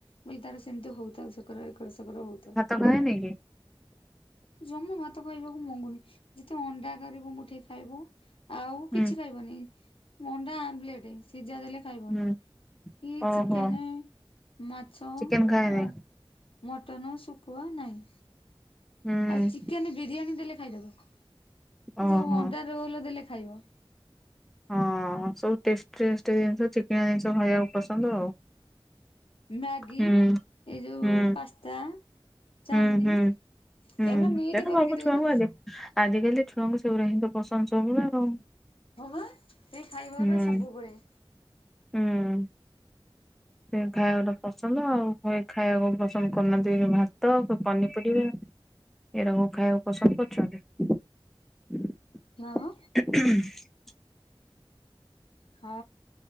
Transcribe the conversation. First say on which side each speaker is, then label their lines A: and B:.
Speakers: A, on the left; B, in the centre.
A: ସିଏ ତାର ହୋଇଥାଉ ସେମିତି। ତାର ଏକର ସେକର ହୋଉଥାଉ।
B: କହିନି କି?
A: ଜମା ଭାତ ଖାଇବାକୁ ମଙ୍ଗୁନି ଯଦି ଅଣ୍ଡା କରିବ ମୁଠେ ଖାଇବ। ଆଉ
B: ହୁଁ
A: କିଛି ଖାଇବନି ଅଣ୍ଡା ଆମ୍ଲେଟ ସିଝା ଦେଲେ ଖାଇବନି
B: ହୁଁ
A: କି
B: ଓହୋ
A: ଚିକେନ ମାଛ ଅ
B: ଚିକେନ ଖାଏନି
A: ମଟନ ଶୁଖୁଆ ନାହିଁ।
B: ହୁଁ
A: ଆଉ ଚିକେନ ବିରିୟାନୀ ଦେଲେ ଖାଇଦବ
B: ଓହୋ।
A: ଯୋଉ ଅଣ୍ଡାରୋଲ ଦେଲେ ଖାଇବ।
B: ହଁ ସବୁ ଟେଷ୍ଟି ଟେଷ୍ଟ ଜିନିଷ ଚିକିଣିଆ ଜିନିଷ ଖାଇବାକୁ ପସନ୍ଦ ଆଉ।
A: ମ୍ୟାଗି
B: ହୁଁ।
A: ଏଇ ଯୋଉ
B: ହୁଁ
A: ପାସ୍ତା। ଚାଉମିନ
B: ହୁଁ ହୁଁ ହୁଁ <unintelligible>
A: ଏଗୁଡା ନିଟ୍ କରିକି ଦଉନୁ।
B: ଛୁଆଙ୍କୁ ଅଧିକ ଆଜିକାଲି ଛୁଆଙ୍କୁ ସେଗୁଡା ହିଁ ତ ପସନ୍ଦ ସବୁ ଆଉ।
A: ହଁ ବା ସେଇ ଖାଇବାରା
B: ହୁଁ।
A: ସବୁବେଳେ।
B: ହୁଁ। ସେ ଖାଇବାକୁଟା ପସନ୍ଦ ଆଉ ହ ଖାଇବାକୁ ପସନ୍ଦ କରୁନାହାନ୍ତି ଭାତ ପନିପରିବା। ଏଡ଼ା କଣ ଖାଇବାକୁ ପସନ୍ଦ କରୁଛନ୍ତି।
A: ହଁ।
B: <inaudible>
A: ହଁ